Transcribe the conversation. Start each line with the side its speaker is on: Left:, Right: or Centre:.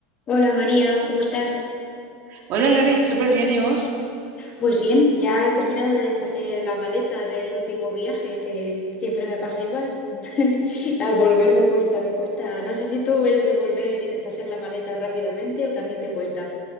Left: Hola María, ¿cómo estás?
Right: Hola Lore, súper bien, ¿y vos?
Left: Pues bien, ya he terminado de deshacer la maleta del último viaje, que siempre me pasa igual. <laughs> Al volver me cuesta, me cuesta. No sé si tú eres de volver y deshacer la maleta rápidamente o también te cuesta.